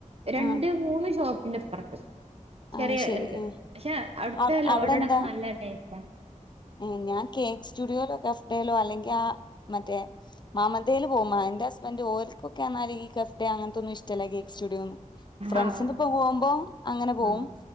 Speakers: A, on the right; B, on the left.
A: രണ്ട്
B: ആഹ്
A: മൂന്ന് ഷോപ്പിന്റെ ഇപ്പറ്ത്ത് ചെറിയെ
B: ആഹ് ശരി
A: ഒര്ത്
B: ഏഹ്
A: പക്ഷേ അവട്ത്തെ
B: അവ
A: ലോഡഡൊക്കെ
B: അവിടെ എന്താ
A: നല്ല ടേസ്റ്റാ
B: ഏഹ് ഞാൻ കേക്ക് സ്റ്റുഡിയോലോ കഫ്തേലോ അല്ലെങ്കി ആ മറ്റേ മമതേല് പോവും മ എന്റെ ഹസ്ബന്റ് ഓല്ക്കൊക്കേർഞ്ഞാല് ഈ കഫ്തെ അങ്ങത്തൊന്നും ഇഷ്ടല്ല ഈ കേക്ക് സ്റ്റുഡിയോന്നും
A: ആഹ്
B: ഫ്രണ്ട്സ്ന്റപ്പൊ പോവുമ്പോ അങ്ങനെ പോവും
A: ആഹ്